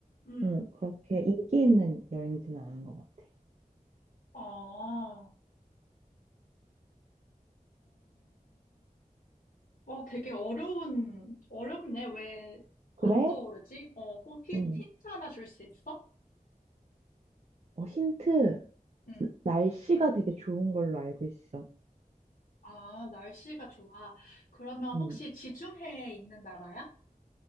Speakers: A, on the left; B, on the right.
A: 음,
B: 응, 그렇게 인기 있는 여행지는 아닌 것 같아.
A: 아, 어, 어, 되게 어려운, 어렵네. 왜
B: 그래?
A: 안 떠오르지? 어, 혹시
B: 응.
A: 힌트 하나 줄 수 있어?
B: 어, 힌트.
A: 응.
B: 날씨가 되게 좋은 걸로 알고 있어.
A: 아, 날씨가 좋아. 그러면
B: 응,
A: 혹시 지중해에 있는 나라야?